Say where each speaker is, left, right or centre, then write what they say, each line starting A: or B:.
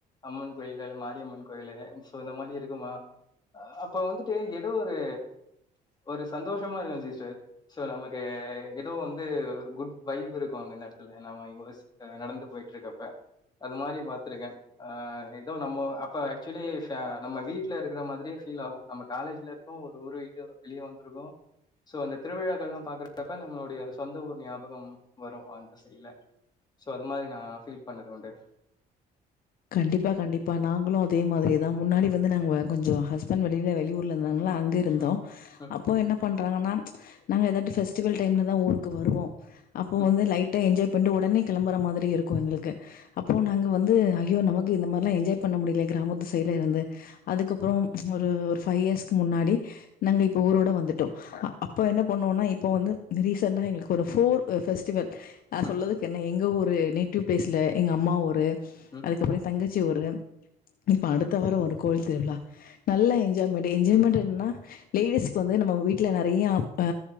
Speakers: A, on the left; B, on the left.
A: அம்மன் கோயில்கள் மாரியம்மன் கோயிலு சோ இந்த மாரி இருக்குமா அப்போ வந்துட்டு ஏதோ ஒரு ஒரு சந்தோஷமா இருக்கு சிஸ்டர் சோ நமக்கு ஏதோ வந்து ஒரு குட் வைப் இருக்கு அங்க நேரத்துல நம்ம ச நடந்து போயிட்டு இருக்கப்ப அது மாரி பாத்துருக்கே ஆ ஏதோ நம்ம அப்ப ஆக்சுவலி நம்ம வீட்ல இருக்கிற மாரியே ஃபீல் ஆகு நம்ம காலேஜ்ல இருக்கோ ஒரு ஊரு விட்டு வெளியே வந்திருக்கோ சோ அந்த திருவிழாக்கள்ல்லா பாக்குறக்கப் நம்ளுடைய சொந்த ஊர் ஞாபகம் வரு அந்த சைல சோ அது மாரி நா ஃபீல் பண்ணது உண்டு
B: கண்டிப்பா கண்டிப்பா நாங்ளு அதே மாதிரி தா முன்னாடி வந்து நாங்க கொஞ்ச ஹஸ்பண்ட் வெளில வெளியூர்ல இருந்தாங்கலா அங் இருந்தோ
A: ம், ம்,
B: அப்போ என்ன பண்றாங்னா நாங்க எதா பெஸ்டிவல் டைம்ல தா ஊருக்கு வருவோ அப்போ
A: ம்,
B: வந்து லைட்டா என்ஜாய் பண்ணிட்டு ஒடனே கெளம்புற மாதிரி இருக்கு எங்ளுக்கு அப்றோ நாங்க வந்து ஐயோ நமக்கு இந்த மாரிலா என்ஜாய் பண்ண முடில கிராமத்து சைட்ல இருந்து அதுக்கப்புறோ ஒரு ஒரு ஃபைவ் இயர்ஸ்க்கு முன்னாடி நாங்க இப்போ ஊரோட வந்துட்டோ அ அப்போ என்ன பண்ணுவோன்னா இப்ப வந்து ரீச்சென்ட்டா எங்ளுக்கு ஒரு ஃபோன் ஆ ஃபெஸ்டிவல் நா
A: ம்,
B: சொல்றதுக் என்ன எங்க ஊரு நேட்டிவ் ப்ளேஸ்ல எங்கம்மா ஊரு
A: ம்.
B: அதுக்கப்றோ ஏ தங்கச்சி ஊரு இப்ப அடுத்த வார ஒரு கோவில் திருவிழா நல்லா என்ஜாய்மெண்ட்டு என்ஜாய்மெண்ட்டு என்னன்னா லேடிஸ்க்கு வந்து நம்ம வீட்ல நெறைய ஆ